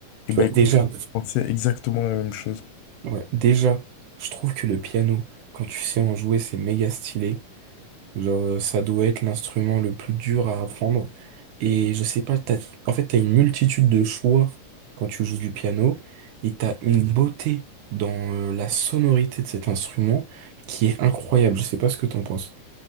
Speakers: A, on the left; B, on the right.
A: Et
B: Tu
A: bah
B: vois,
A: écoute,
B: déjà,
A: on sait exactement la même chose.
B: ouais, déjà, je trouve que le piano, quand tu sais en jouer, c'est méga stylé. Genre, euh, ça doit être l'instrument le plus dur à apprendre. Et je sais pas, t'as, en fait, t'as une multitude de choix quand tu joues du piano et t'as une beauté dans euh, la sonorité de cet instrument qui est incroyable. Je sais pas ce que t'en penses.